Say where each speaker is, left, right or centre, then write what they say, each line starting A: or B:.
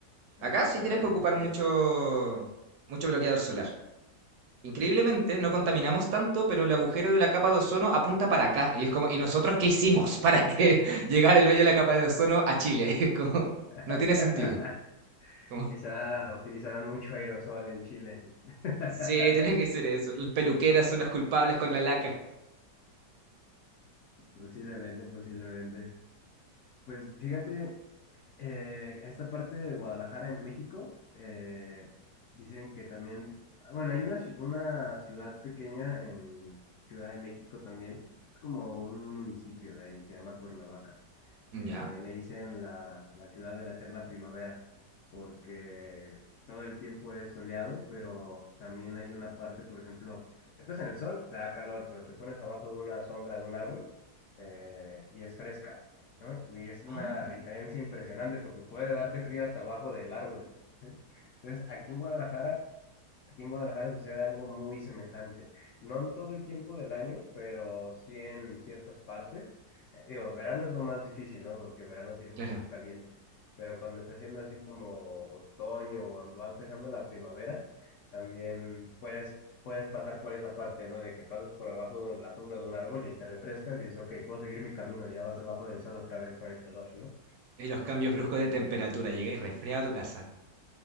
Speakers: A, on the right; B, on the left.
A: Acá
B: Eh, Imagínate
A: sí tienes
B: la
A: que
B: gente
A: ocupar
B: que
A: mucho, mucho bloqueador solar. Increíblemente, no contaminamos tanto, pero el agujero de la capa de ozono apunta para acá. Y es como, ¿y nosotros qué hicimos para que <laughs> llegara el hoyo de la capa de ozono a Chile? <laughs> Es como, no
B: <laughs>
A: tiene sentido. Como,
B: quizá utilizaban mucho aerosol en Chile. <laughs>
A: sí, tiene que ser eso. Las peluqueras son las culpables con la laca.
B: Posiblemente, posiblemente. Pues fíjate, eh, esta parte de Guadalajara en México, eh, dicen que también, bueno, hay una, ci- una ciudad pequeña en Ciudad de México también, es como un municipio de ahí, se llama Cuernavaca
A: ¿Ya?
B: eh, le dicen la, la ciudad de la eterna primavera, porque todo el tiempo es soleado, pero también hay una parte, por ejemplo, estás en el sol, te da calor, pero te pones abajo de una sombra de un árbol eh, y es fresca, ¿no? Y es una
A: Ah,
B: diferencia impresionante porque puede darte frío hasta abajo del árbol. ¿sí? Entonces, aquí en Guadalajara Aquí en Guadalajara sucede algo muy semejante. No en todo el tiempo del año, pero sí en ciertas partes. Eh, Digo, verano es lo más difícil, ¿no? Porque verano sí es
A: claro.
B: un poco caliente. Pero cuando está haciendo así como otoño o va empezando la primavera, también puedes, puedes pasar por esa parte, ¿no? De que pasas por abajo de la sombra de un árbol y te refrescas y dices, ok, puedo seguir mi camino, ya vas abajo del sol otra vez con el calor, ¿no?
A: Y los cambios bruscos de temperatura. Llega y resfría a tu casa.